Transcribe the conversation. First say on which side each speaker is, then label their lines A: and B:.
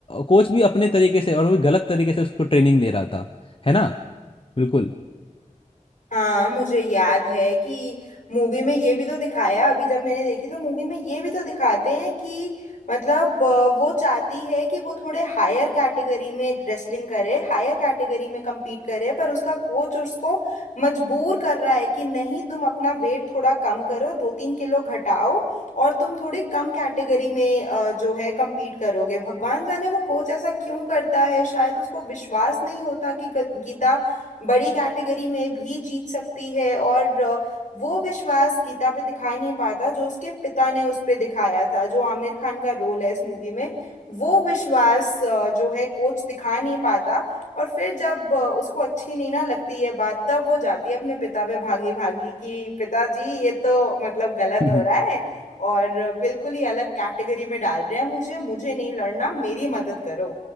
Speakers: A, on the left; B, on the left.
A: कोच भी अपने तरीके से और वो गलत तरीके से उसको ट्रेनिंग दे रहा था है ना बिल्कुल
B: हाँ मुझे याद है कि मूवी में ये भी तो दिखाया अभी जब मैंने देखी तो मूवी में ये भी तो दिखाते हैं कि मतलब अ, वो चाहती है कि वो थोड़े हायर कैटेगरी में रेसलिंग करे हायर कैटेगरी में compete करे पर उसका कोच उसको मजबूर कर रहा है कि नहीं तुम अपना वेट थोड़ा कम करो दो तीन किलो घटाओ और तुम थोड़ी कम कैटेगरी में अ, जो है compete करोगे भगवान जाने वो कोच ऐसा क्यों करता है शायद उसको विश्वास नहीं होता कि ग- गीता बड़ी कैटेगरी में भी जीत सकती है और अ, वो विश्वास गीता पे दिखा नहीं पाता जो उसके पिता ने उस पे दिखाया था जो आमिर खान का रोल है इस मूवी में वो विश्वास अ, जो है कोच दिखा नहीं पाता और फिर जब अ, उसको अच्छी नहीं ना लगती है बात तब वो जाती है अपने पिता पे भागी भागी कि पिताजी ये तो मतलब गलत
A: <laughs>
B: हो रहा है और अ, बिल्कुल ही अलग कैटेगरी में डाल रहे हैं मुझे मुझे नहीं लड़ना मेरी मदद करो